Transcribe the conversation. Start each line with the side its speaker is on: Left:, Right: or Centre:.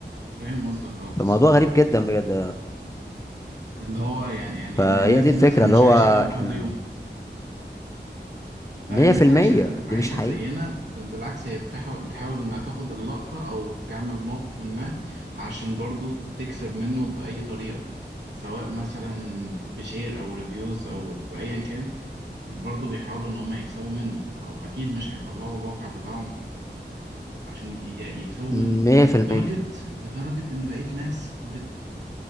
Right: فاهم قصدك اه بالظبط
Left: فموضوع غريب جدا بجد
Right: اللي هو يعني يعني
Left: فهي
Right: إن الناس
Left: دي
Right: دي
Left: الفكرة
Right: مثلا مش
Left: اللي هو
Right: عايشه كده كل
Left: إحنا
Right: يوم لا
Left: مية
Right: الناس
Left: في المية
Right: عايشة ز... عايشة
Left: دي مش حقيقة
Right: زينا بل بالعكس هي بتحاول بتحاول إنها تاخد اللقطة أو تعمل موقف ما عشان برضو تكسب منه بأي طريقة سواء مثلا بشير أو ريفيوز أو بأيا كان برضو بيحاولوا إن هما يكسبوا منه فهو أكيد مش هيطلعوا الواقع بتاعهم عشان ي- يكسبوا
Left: مية
Right: منه
Left: في المية
Right: لدرجة لدرجة إن بقيت ناس بت